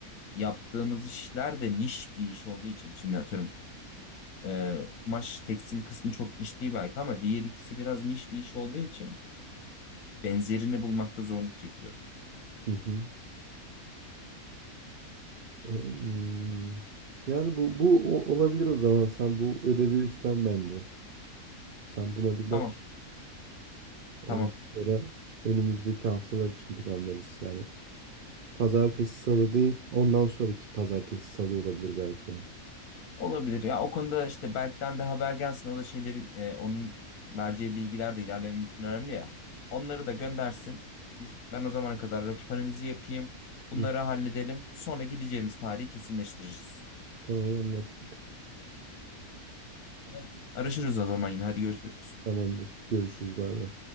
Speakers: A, on the left; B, on the right.
A: yaptığımız işler de niş bir iş olduğu için şimdi atıyorum e, kumaş tekstil kısmı çok niş değil belki ama diğer ikisi biraz niş bir iş olduğu için benzerini bulmakta zorluk çekiyorum.
B: Hı hı. Ee, Hmm. Yani bu, bu o- olabilir o zaman. Sen bu ödevi üstlen bence. Sen buna bir
A: Tamam,
B: bak. Ondan
A: tamam.
B: sonra önümüzdeki haftalar için planlarız. Yani pazartesi salı değil, ondan sonraki pazartesi salı olabilir belki.
A: Olabilir. Ya o konuda işte Berk'ten de haber gelsin. O da şeyleri e, onun vereceği bilgiler de ilerlememiz için önemli ya. Onları da göndersin. Biz ben o zamana kadar rakip analizi yapayım. Bunları
B: Hı
A: halledelim. Sonra gideceğimiz tarihi kesinleştiririz.
B: Tamam anlaştık.
A: Tamam. Araşırız o zaman yine. Hadi görüşürüz.
B: Tamamdır. Görüşürüz. Bay bay.